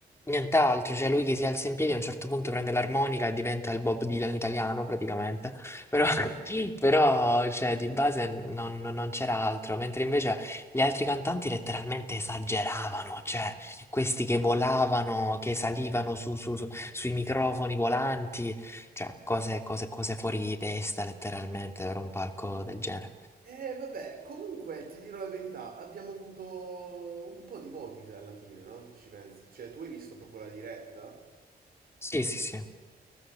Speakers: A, on the left; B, on the right.
A: nient'altro, cioè lui che si alza in piedi a un certo punto prende l'armonica e diventa il Bob Dylan italiano praticamente, però, <laughs> però, cioè, di base non, non- non c'era altro, mentre invece gli altri cantanti letteralmente esageravano, cioè questi che volavano, che salivano su- su- su- sui microfoni volanti, cioè cose, cose- cose fuori di testa letteralmente per un palco del genere.
B: Eh, vabbè, comunque ti dirò la verità, abbiamo avuto un po' di voti alla fine, no? Se ci pensi. Cioè, tu hai visto proprio la diretta?
A: Sì, sì, sì.